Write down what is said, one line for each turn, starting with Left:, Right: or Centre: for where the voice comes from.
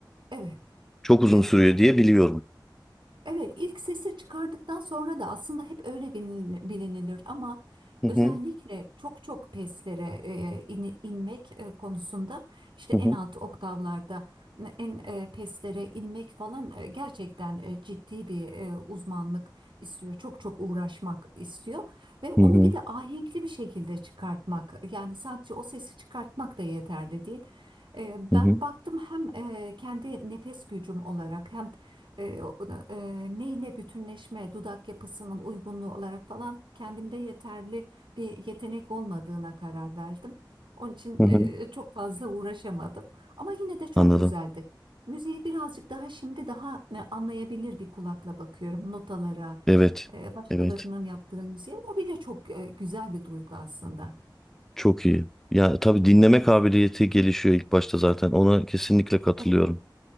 Right: evet.
Centre: Çok uzun
Right: evet.
Centre: sürüyor diye biliyorum.
Right: Evet, ilk sesi çıkardıktan sonra da aslında hep öyle bilin- bilinilir ama
Centre: Hı
Right: özellikle
Centre: hı.
Right: çok çok peslere e, in- inmek e, konusunda işte
Centre: Hı
Right: en
Centre: hı.
Right: alt oktavlarda en e, peslere inmek falan e, gerçekten e, ciddi bir e, uzmanlık istiyor. Çok çok uğraşmak istiyor ve onu
Centre: Hı hı.
Right: bir de ahenkli bir şekilde çıkartmak yani sadece o sesi çıkartmak da yeterli değil. E,
Centre: Hı
Right: Ben
Centre: hı.
Right: baktım hem e, kendi nefes gücüm olarak hem e, e, neyle bütünleşme, dudak yapısının uygunluğu olarak falan kendimde yeterli bir yetenek olmadığına karar verdim. Onun için
Centre: Hı hı.
Right: e, çok fazla uğraşamadım. Ama yine de çok
Centre: Anladım.
Right: güzeldi. Müziğe birazcık daha şimdi daha e, anlayabilir bir kulakla bakıyorum notalara,
Centre: Evet.
Right: e, başkalarının
Centre: Evet.
Right: yaptığı müziğe. O bile çok e, güzel bir duygu aslında.
Centre: Çok iyi. Ya tabii dinleme kabiliyeti gelişiyor ilk başta zaten. Ona kesinlikle katılıyorum.
Right: Evet,